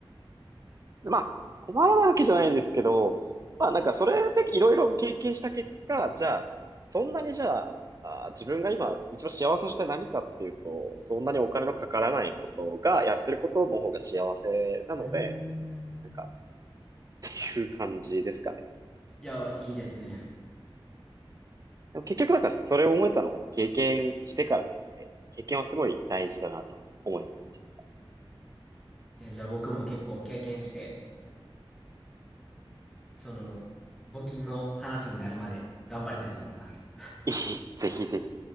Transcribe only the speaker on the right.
まあ、困らないわけじゃないですけど、まあなんかそれでいろいろ経験した結果、じゃあ、そんなにじゃあ、あー自分が今一番幸せな状態何かっていうと、そんなにお金のかからないことが、やってることの方が幸せなので、
なんかっていう感じですかね。
でも結局なんかそれを思えたのを経験してからなんで、経験はすごい大事だなとは思います。めちゃめちゃ。
えいいぜひぜひ